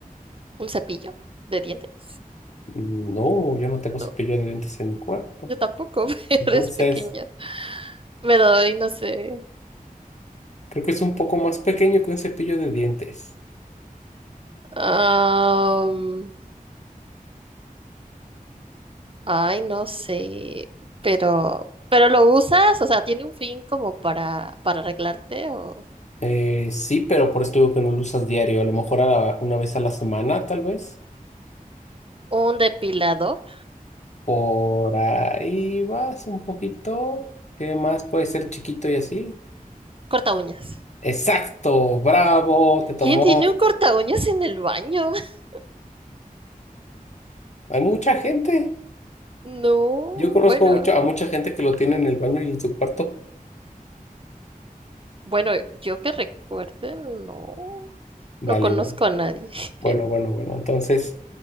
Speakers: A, on the right (about 40°); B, on the left (about 50°).
A: ¿Un cepillo de dientes?
B: Mm, No, yo no tengo cepillo
A: No,
B: de dientes en mi cuarto.
A: yo tampoco, <laughs> eres
B: Entonces,
A: pequeña. Pero ay, no sé.
B: creo que es un poco más pequeño que un cepillo de dientes.
A: Am, ay, no sé. Pero, pero lo usas, o sea, tiene un fin como para, para arreglarte o
B: Eh, sí, pero por eso digo que no lo usas diario, a lo mejor a la- una vez a la semana, tal vez.
A: un depilador.
B: Por ahí vas un poquito. ¿Qué más puede ser chiquito y así?
A: Corta uñas.
B: Exacto, bravo, te tomó.
A: ¿Quién tiene un corta uñas en el baño? <laughs>
B: Hay mucha gente.
A: No,
B: Yo conozco
A: bueno,
B: mucho, a mucha gente que lo tiene en el baño y en su cuarto.
A: bueno, yo que recuerde, no,
B: Vale,
A: no conozco
B: vale.
A: a nadie. <laughs>
B: Bueno, bueno, bueno. Entonces,